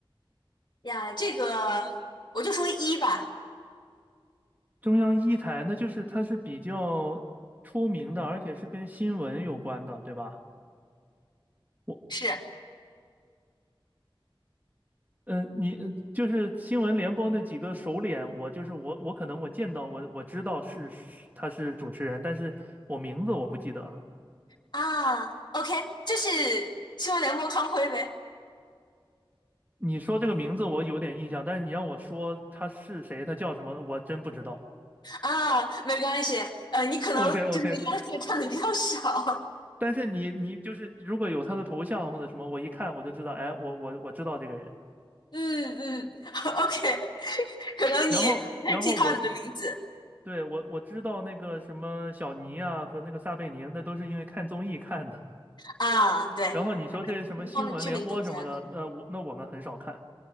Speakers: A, on the left; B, on the right.
A: 呀，这个我就说一吧，
B: 中央一台那就是他是比较出名的，而且是跟新闻有关的，对吧？我
A: 是
B: 嗯呃，你呃就是新闻联播那几个首脸，我就是我，我可能我见到我我知道是是他是主持人，但是我名字我不记得了。
A: 啊，OK，这是新闻联播康辉呗？
B: 你说这个名字我有点印象，但是你让我说他是谁，他叫什么，我真不知道。
A: 啊，没关系，呃，你可能就是央视看的比较少。
B: <laughs> o k o k
A: <laughs>
B: 但是你你就是如果有他的头像或者什么，我一看我就知道，哎，我我我知道这个人。
A: 嗯嗯 <laughs>，OK，<laughs> 可能你不会记他你的名字
B: 然后然后我对我我知道那个什么小尼啊和那个撒贝宁，那都是因为看综艺看的。
A: 啊，对，
B: 然后你说这些什么新闻联播什么的，
A: 可能他们知名度比较高，
B: 那我那我们很少看。